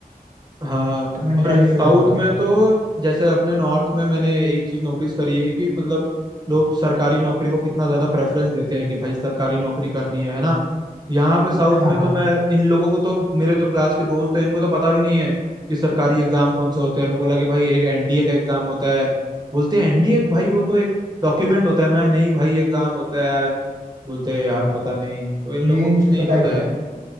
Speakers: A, on the right (about 25°); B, on the right (about 60°).
A: हाँ
B: तो मेंटेलिटी
A: और साउथ
B: वाली बात
A: में
B: है
A: तो जैसे अपने नॉर्थ में मैंने एक चीज नोटिस करी है कि मतलब लोग सरकारी नौकरी को कितना ज्यादा प्रेफरेंस देते हैं कि भाई सरकारी नौकरी करनी है है ना यहाँ पे साउथ
B: हाँ
A: में
B: हाँ
A: तो मैं इन लोगों को तो मेरे जो क्लास के दोस्त हैं इनको तो पता भी नहीं है कि सरकारी एग्जाम कौन से होते हैं मैं बोला कि भाई एक एनडीए का एग्जाम होता है बोलते हैं एनडीए भाई वो तो एक डॉक्यूमेंट होता है मैं नहीं भाई एग्जाम होता है बोलते हैं यार पता नहीं तो इन
B: मेन
A: लोग को कुछ
B: चीज
A: नहीं
B: पता
A: पता
B: है क्या
A: है
B: है